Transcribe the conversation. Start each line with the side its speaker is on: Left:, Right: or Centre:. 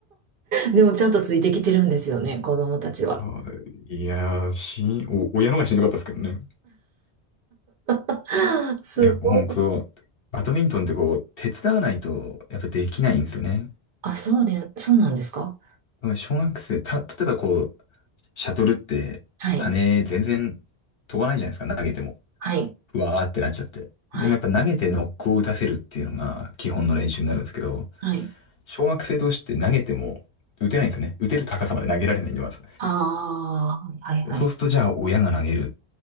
Right: でもちゃんとついてきてるんですよね、子供たちは。
Left: はい。いやー、しん、お、親のがしんどかったですけどね。
Right: <laughs> すごい。
Left: いや、ほんバドミントンってこう、手伝わないと、やっぱできないんですよね。
Right: あ、そうで、そうなんですか
Left: 小学生、た、例えばこう、シャトルって、
Right: はい、
Left: 羽全然飛ばないじゃないですか、投げても。
Right: はい、
Left: うわーってなっちゃって。
Right: はい、
Left: でもやっぱ投げてノックを打たせるっていうのが基本の練習になるんですけど、
Right: はい。
Left: 小学生同士って投げても打てないんですよね。打てる高さまで投げられないんで、まず。
Right: ああ、はい、はい。
Left: そうするとじゃあ親が投げるっ